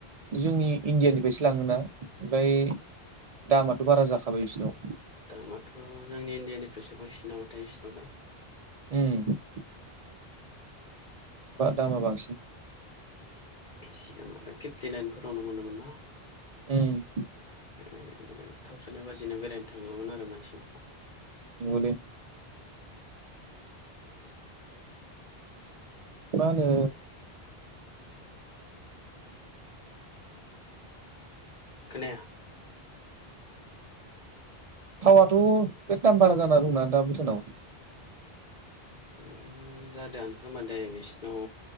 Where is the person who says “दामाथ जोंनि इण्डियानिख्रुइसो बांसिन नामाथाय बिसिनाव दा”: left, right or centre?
Left